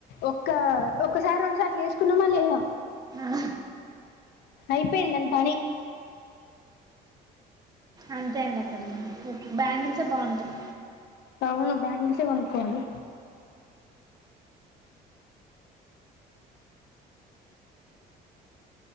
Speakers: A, on the left; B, on the right.
A: ఒక్క ఒక్కసారి రెండుసార్లు వేసుకున్నామా లేదా
B: ఆ
A: అయిపోయింది దాని పని
B: అంతే అండి అక్కడి బ్యాంగల్సే బాగుంటాయి
A: ఏమో బ్యాంగల్సే కొనుక్కోవాలి